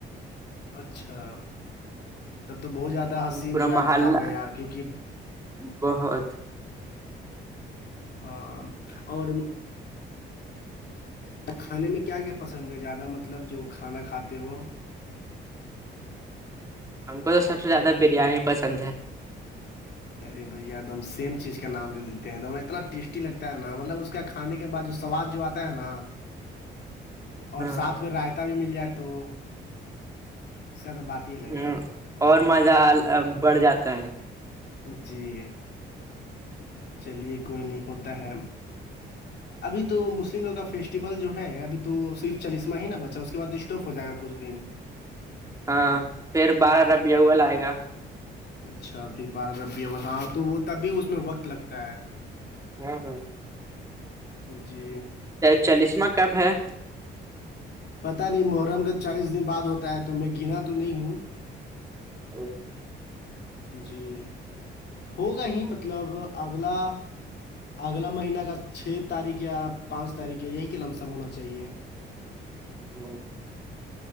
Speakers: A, on the left; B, on the right.
A: اچھا تب تو بہت زیادہ ہنسی انجوائے
B: پورا محلہ
A: ہوتا ہوگا یار کیونکہ
B: بہت
A: ہاں اور تو کھانے میں کیا کیا پسند ہے زیادہ مطلب جو کھانا کھاتے ہو
B: ہم کو تو سب سے زیادہ بریانی پسند ہے
A: ارے بھیا ایک دم سیم چیز کا نام لے لیتے ہیں دم اتنا ٹیسٹی لگتا ہے نا مطلب اس کا کھانے کے بعد سواد جو آتا ہے نا اور
B: ہاں
A: سات میں ر بھی مل جائے تو اس کا تو بات ہی الگ
B: ہ
A: ہے
B: اور مزہ بڑھ جاتا ہے
A: جی چلیے کوئی نہیں ہوتا ہے ابھی تو مسلم لوگ کا فیسٹیول جو ہے ابھی تو صرف چالیسواں ہی نا بچا اس کے بعد اسٹوف ہو جائے گا کچھ دن
B: ہاں پھر بارہ ربیہ ہو ل آئے گا
A: اچھا پھر بارہ ربی او ہاں تو وہ تبھی اس میں وقت لگتا ہے
B: ہاں ہاں
A: جی
B: چالیسوا کب ہے
A: پتا نہیں محرم کا چالیس دن بعد ہوتا ہے تو میں گنا تو نہیں ہوں
B: او
A: جی ہوگا ہی مطلب اگلا اگلا مہینہ کا چھ تاریخ یا پانچ تاریخ یا یہی کے لم سم ہونا چاہیے <inaudible>
B: جی